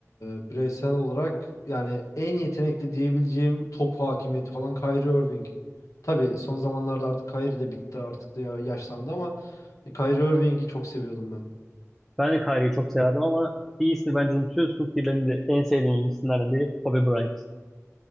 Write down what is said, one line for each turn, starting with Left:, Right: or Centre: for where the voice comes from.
Left: bireysel olarak yani en yetenekli diyebileceğim top hakimiyeti falan Kyrie Irving. Tabii son zamanlarda artık Kyrie de bitti artık da ya- yaşlandı ama e, Kyrie Irving'i çok seviyordum ben.
Centre: Ben de Kyrie'yi çok severdim ama bir ismi bence unutuyorsun ki benim de en sevdiğim isimlerden biri Kobe Bryant.